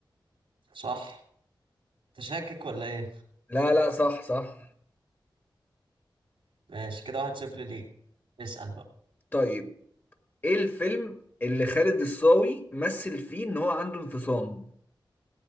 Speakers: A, on the right; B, on the left.
A: صح تشكك ولا ايه
B: لا لا صح صح
A: ماشي كده واحد صفر ليه اسأل بقى
B: طيب ايه الفيلم اللي خالد الصاوي مثل فيه ان هو عنده انفصام